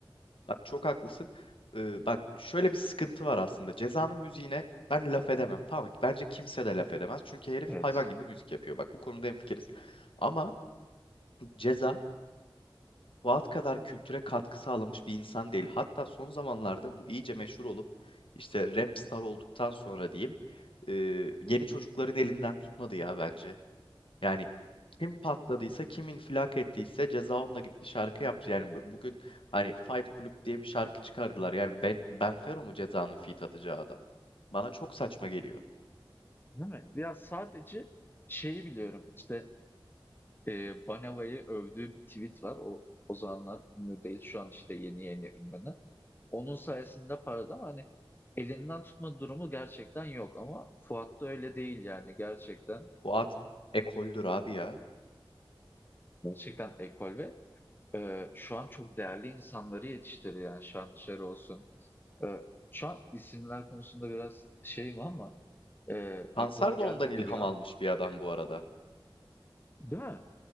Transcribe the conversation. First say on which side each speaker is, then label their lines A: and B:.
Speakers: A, on the left; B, on the left.
A: Bak çok haklısın. Ee, bak şöyle bir sıkıntı var aslında. Ceza'nın müziğine ben laf edemem. Tamam mı? Bence kimse de laf edemez. Çünkü herif
B: Evet.
A: hayvan gibi müzik yapıyor. Bak bu konuda hemfikiriz. Ama Ceza Fuat kadar kültüre katkı sağlamış bir insan değil. Hatta son zamanlarda bu iyice meşhur olup işte rap star olduktan sonra diyeyim e, yeni çocukların elinden tutmadı ya bence. Yani kim patladıysa, kim infilak ettiyse ceza onunla gitti şarkı yaptı. Yani bu- bugün hani Fight Club diye bir şarkı çıkardılar. Yani ben benfero mu cezanın feat atacağı adam? Bana çok saçma geliyor.
B: Değil mi? Ya sadece şeyi biliyorum işte, eee, Baneva'yı övdüğü bir tweet var. O o zamanlar ünlü değil. Şu an işte yeni yeni ünlü Onun sayesinde parladı ama hani elinden tutma durumu gerçekten yok ama Fuat'ta öyle değil yani gerçekten
A: Bu at ekoldür abi ya.
B: Gerçekten ekol ve, eee, şu an çok değerli insanları yetiştiriyor Yani şu an dışarı olsun. Eee, şu an isimler konusunda biraz şeyim ama, eee, aklıma
A: Tansar
B: gelmedi
A: da ondan ilham
B: bir an.
A: almış bir adam bu arada.
B: Değil mi?